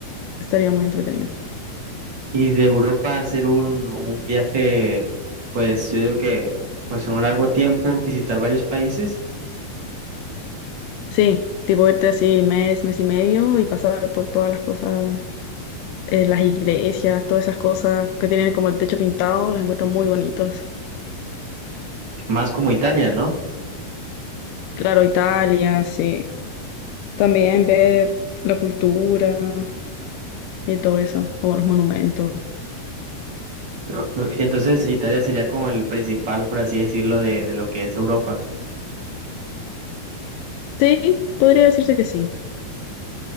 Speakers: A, on the left; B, on the right.
A: estaría muy entretenido.
B: Y de Europa hacer un, un viaje, pues yo digo que pues en un largo tiempo visitar varios países,
A: Sí, tipo irte así mes, mes y medio y pasar por todas las cosas, eh, las iglesias, todas esas cosas que tienen como el techo pintado, las encuentro muy bonitas.
B: más como Italia, ¿no?
A: Claro, Italia, sí. También ver la cultura y todo eso, como los monumentos.
B: No. Entonces Italia sería como el principal, por así decirlo, de, de lo que es Europa.
A: Sí, podría decirse que sí.